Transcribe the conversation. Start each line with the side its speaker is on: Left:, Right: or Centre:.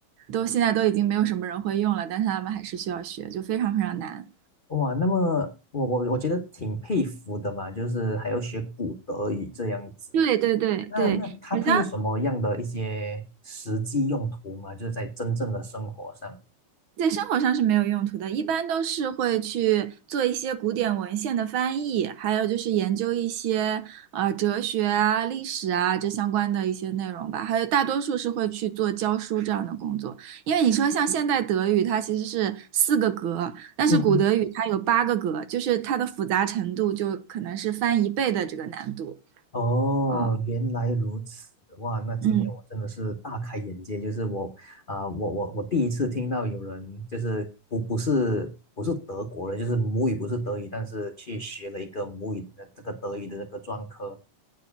Right: 都现在都已经没有什么人会用了，但是他们还是需要学，就非常非常难。
Left: 哇，那么我我我觉得挺佩服的嘛，就是还要学古德语这样子。
Right: 对对对对，
Left: 那那它它有什么样的一些实际用途吗？
Right: 好像
Left: 就是在真正的生活上。
Right: 在生活上是没有用途的，一般都是会去做一些古典文献的翻译，还有就是研究一些呃哲学啊、历史啊这相关的一些内容吧。还有大多数是会去做教书这样的工作，因为你说像现代德语，它其实是四个格，但是古德语它有八个格，
Left: 嗯。
Right: 就是它的复杂程度就可能是翻一倍的这个难度。
Left: 哦，
Right: 嗯
Left: 原来如此，哇，那今天我真的是大开眼界，
Right: 嗯。
Left: 就是我，啊、我我我第一次听到有人就是不不是不是德国人，就是母语不是德语，但是去学了一个母语的这个德语的这个专科。